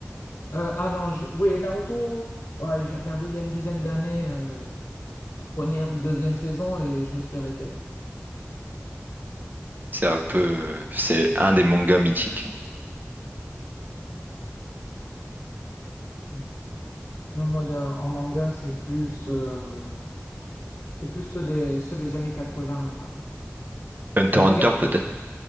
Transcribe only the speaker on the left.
Euh, ah non, j'ai- oui, Naruto, ouais, j'ai regardé il y a une dizaine d'années, euh, première ou deuxième saison, et je me suis arrêté là.
Mm. Non, moi, de- en manga, c'est plus, euh, c'est plus ceux des, ceux des années 80. hein.
Enfin,
je
regarde.